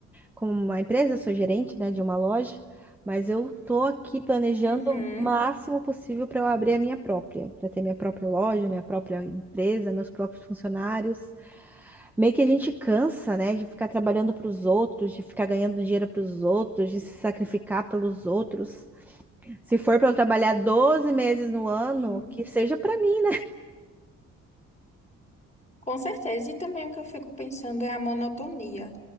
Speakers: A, in the centre; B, on the left (about 25°).
A: com uma empresa, sou gerente, né, de uma loja, mas eu tô aqui planejando
B: Uhum.
A: o máximo possível para eu abrir a minha própria, para ter minha própria loja, minha própria empresa, meus próprios funcionários. Meio que a gente cansa, né, de ficar trabalhando para os outros, de ficar ganhando dinheiro para os outros, de se sacrificar pelos outros. Se for para eu trabalhar 12 meses no ano,
B: Sim,
A: que seja para mim.
B: com certeza. E também o que eu fico pensando é a monotonia.